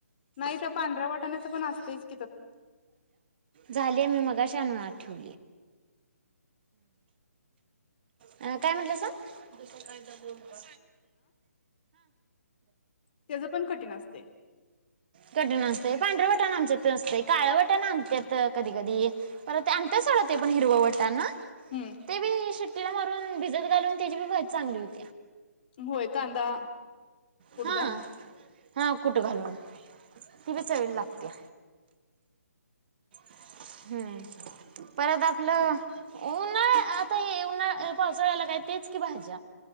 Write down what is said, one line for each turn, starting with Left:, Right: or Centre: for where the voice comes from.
Left: नाही त्या पांढऱ्या वाटाण्याच पण असतेच
Right: झाले मी मगा शान ठव काय म्हटलं दुसर काय दबरूून पड
Left: त्याच पण कठीण असते
Right: कठीण असते पांढरवटाण आमच्यात नसतें काळवटण आमतत कधी कधी पर ते आण्याच सड ते पण हिरववटा ना
Left: हम्म
Right: ते बी शेट्टीला मारून भिजत घालून त्याची बी वयत चांगली होती
Left: होय कांदा कुटघ
Right: हा हा कुठं घालून ती बच वल लागते ह हम् परत आपलं उन्हाळ आता उन्हाळ पावसाळा्याला काहीती क पाहिज